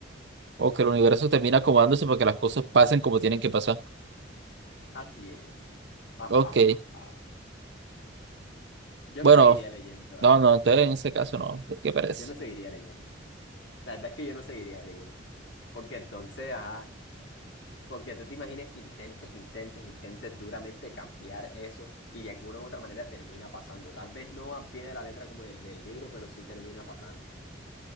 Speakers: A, on the right (about 60°); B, on the left (about 70°).
A: O que el universo termina acomodándose para que las cosas pasen como tienen que pasar.
B: Así es. Ja,
A: Ok.
B: ja, ja, ja. Yo
A: Bueno,
B: no seguiría leyendo, la
A: no,
B: verdad.
A: no, entonces en ese caso no. ¿Qué parece?
B: Yo no seguiría leyendo. La verdad es que yo no seguiría leyendo. Porque entonces, ajá. Porque tú te imaginas que intentes, intentes, intentes duramente cambiar eso y de alguna u otra manera termina pasando. Tal vez no al pie de la letra como en el libro, pero sí termina pasando.